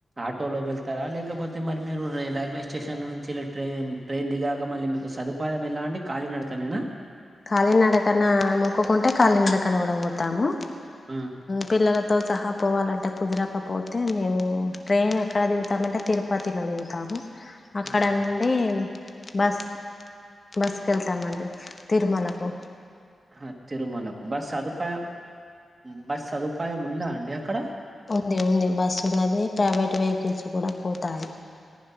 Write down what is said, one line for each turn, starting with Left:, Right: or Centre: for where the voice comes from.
Right: ఆటోలో వెళ్తారా లేకపోతే మరి మీరు రైల్వే స్టేషన్ల నుంచెల్లి ట్రైన్ ట్రైన్ దిగాక మళ్ళీ మీకు సదుపాయం ఎలా అండి కాలీనడక నేనా
Left: కాలీనడకన్నా మొక్కుకుంటే కాలినడకన కూడా పోతాము.
Right: ఆ!
Left: పిల్లలకు తో సహా పోవాలంటే కుదరకపోతే మేము ట్రైన్ ఎక్కడ దిగుతామంటే తిరుపతిలో దిగుతాము. అక్కడ
Right: ఆ!
Left: నుండి బస్ బస్కు ఏళ్తామండి. తిరుమలాకు
Right: హ తిరుమలకు బస్ సదుపాయం బస్ సదుపాయం ఉందా ఉండి. ఆక్కడ
Left: ఉంది ఉంది బస్సు ఉన్నది ప్రైవేట్ వె చికిత్సు కూడ <inaudible> పోతాయి